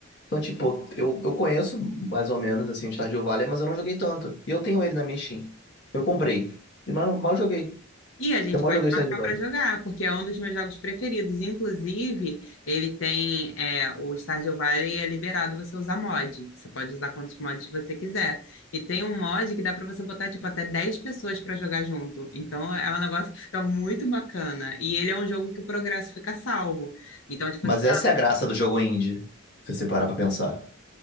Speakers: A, on the left (about 60°); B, on the left (about 80°).
A: Então, tipo, eu, eu conheço mais ou menos, assim, Stardew Valley, mas eu não joguei tanto. E eu tenho ele na minha Steam. Eu comprei, e, mas eu mal joguei.
B: E a gente
A: Eu mal
B: pode
A: joguei Stardew
B: marcar
A: Valley.
B: para jogar, porque é um dos meus jogos preferidos. Inclusive, ele tem é, o Stardew Valley é liberado você usar mod. Você pode usar quantos mods você quiser. E tem um mod que dá para você botar tipo até 10 pessoas para jogar junto. Então é um negócio que fica muito bacana. E ele é um jogo que o progresso fica salvo. Então, tipo
A: Mas
B: assim,
A: essa é a graça do jogo indie, se você parar pra pensar.